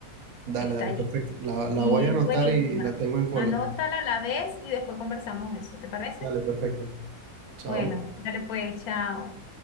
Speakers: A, on the right (about 70°); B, on the left (about 75°).
A: Dale,
B: Está
A: dale,
B: allí.
A: perfecto. La, la
B: Y
A: voy a anotar
B: es buenísima.
A: y y la tengo en cola.
B: Anótala a la vez y después conversamos de eso, ¿te parece?
A: Dale, perfecto. Chao.
B: Bueno, dale pues, chao.